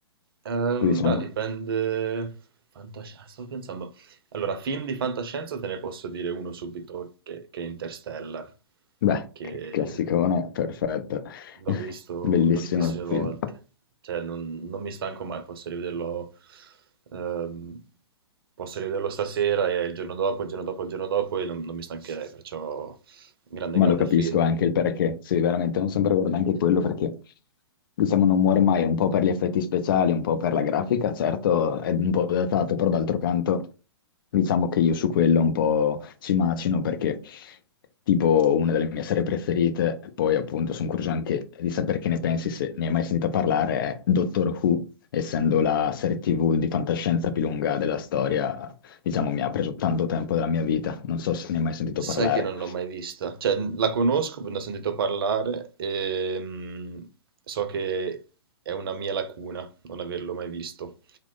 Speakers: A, on the right; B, on the left.
A: Ehm,
B: o diciamo...
A: beh, dipende. fantasci- Stavo pensando. Allora, film di fantascienza te ne posso dire uno subito che, che è Interstellar,
B: Beh,
A: che
B: che- classicone, perfetto,
A: l'ho
B: <laughs>
A: visto
B: bellissimo
A: tantissime
B: film.
A: volte. Cioè, non, non mi stanco mai, posso rivederlo. ehm, posso rivederlo stasera e il giorno dopo, il giorno dopo, il giorno dopo e non, non mi stancherei, perciò grande,
B: ma
A: grande
B: lo capisco
A: film.
B: anche il perché. Sì, veramente, non sempre guardo anche quello perché, diciamo, non muore mai, un po' per gli effetti speciali, un po' per la grafica, certo è un po' datato, però d'altro canto diciamo che io su quello un po' ci macino perché tipo una delle mie serie preferite, poi appunto sono curioso anche di sapere che ne pensi, se ne hai mai sentito parlare, è Doctor Who, essendo la serie TV di fantascienza più lunga della storia, diciamo mi ha preso tanto tempo della mia vita, non so se ne hai mai sentito
A: Sai
B: parlare.
A: che non l'ho mai vista, cioè n- la conosco, ne ho sentito parlare e mm, so che è una mia lacuna non averlo mai visto,